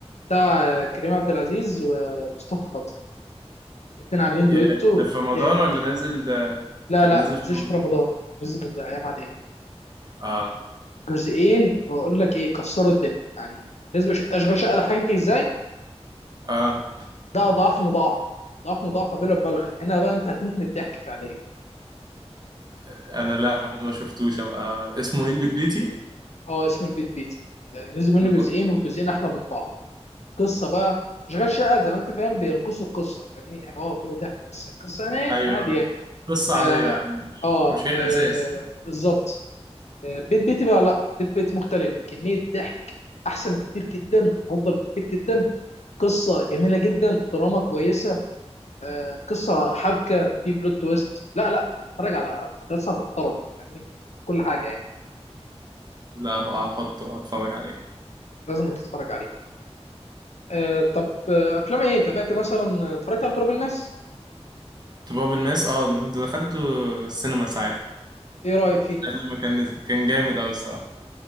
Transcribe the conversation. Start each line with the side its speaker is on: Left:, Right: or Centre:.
Left: بتاع كريم عبد العزيز ومصطفى خاطر الاتنين عاملين
Right: يا
Left: دويتو
Right: ده في رمضان
Left: جامد
Right: ولا نازل ده
Left: لا
Right: كان
Left: لا
Right: نازل
Left: ما
Right: في
Left: نزلش
Right: رمضان
Left: في رمضان نزل الايام عاديه
Right: اه
Left: جزئين بقول لك ايه كسروا الدنيا يعني بالنسبه شفت اشغال شقه ده حقيقي ازاي
Right: اه
Left: ده اضعاف مضاعفه اضعاف مضاعفه بلا مبالغه هنا بقى انت هتموت من الضحك فعليا
Right: انا لا ما شفتوش ابقى اسمه ايه البيت بيتي
Left: اه اسم البيت بيتي آه، نزل منه
Right: نحطه
Left: جزئين
Right: فيه.
Left: والجزئين احلى من بعض قصه بقى اشغال شقه زي ما انت فاهم بينقصوا القصه فاهمني يعني هو في ضحك بس القصه يعني إيه؟
Right: ايوه
Left: عادي يعني
Right: قصة
Left: اه
Right: عادية يعني مش
Left: اه,
Right: مش هي
Left: آه
Right: الاساس
Left: بالظبط آه بيت بيتي بقى لا بيت بيتي مختلف كميه ضحك احسن بكتير جدا افضل بكتير جدا قصه جميله جدا دراما كويسه آه قصه حبكه في بلوت تويست لا لا تتفرج على مسلسل محترم فاهمني كل حاجه يعني
Right: لا ابقى احطه اتفرج عليه
Left: لازم تتفرج عليه آه طب آه افلام ايه تابعت مثلا آه، اتفرجت على تراب الماس
Right: تراب الماس اه انا كنت دخلته السينما ساعتها
Left: ايه رايك فيه
Right: ساعة لما كان نزل كان جامد اوي الصراحة